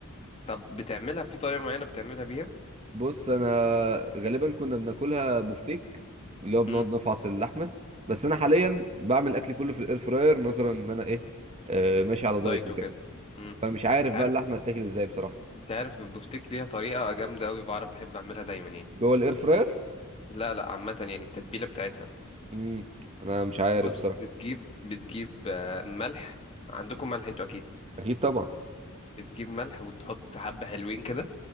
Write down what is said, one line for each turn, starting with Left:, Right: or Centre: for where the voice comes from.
Left: طب بتعملها في طريقه معينه بتعملها بيها
Right: بص انا غالبا كنا بناكلها بفتيك اللي هو بنقعد
Left: امم
Right: نفعص اللحمه بس انا حاليا بعمل اكلي كله في الاير فراير نظرا ان انا ايه آه، ماشي على دايت
Left: دايت
Right: وكده
Left: وكده امم
Right: فمش عارف
Left: انت
Right: بقى
Left: عارف
Right: اللحمه هتاكل ازاي بصراحه
Left: انت عارف البفتيك ليها طريقه جامده قوي بعرف بحب اعملها دايما يعني
Right: جوه الاير فراير
Left: لا لا عامه يعني التتبيله بتاعتها
Right: امم انا مش عارف
Left: بص
Right: بصراحه
Left: بتجيب بتجيب آه، ملح عندكم ملح انتوا اكيد
Right: اكيد طبعا
Left: بتجيب ملح وتحط حبة حلوين كده